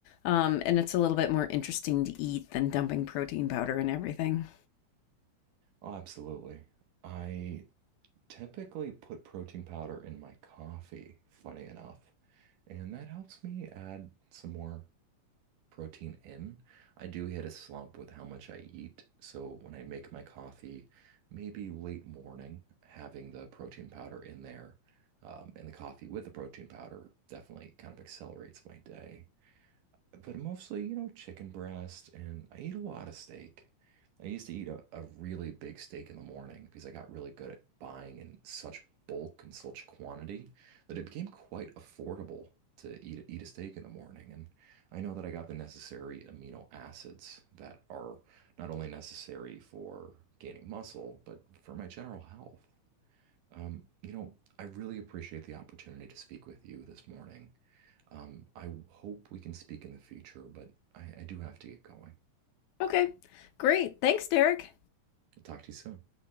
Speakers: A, on the left; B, on the right.
A: Um, and it's a little bit more interesting to eat than dumping protein powder and everything.
B: Oh, absolutely. I typically put protein powder in my coffee, funny enough, and that helps me add some more protein in. I do hit a slump with how much I eat, so when I make my coffee, maybe late morning, having the protein powder in there, um, and the coffee with the protein powder definitely kind of accelerates my day but mostly, you know, chicken breast, and I eat a lot of steak. I used to eat a, a really big steak in the morning because I got really good at buying in such bulk and such quantity that it became quite affordable to eat a, eat a steak in the morning. And I know that I got the necessary amino acids that are not only necessary for gaining muscle, but for my general health. Um, you know, I really appreciate the opportunity to speak with you this morning. Um, I hope we can speak in the future, but I, I do have to get going.
A: Okay, great. Thanks, Derek.
B: I'll talk to you soon.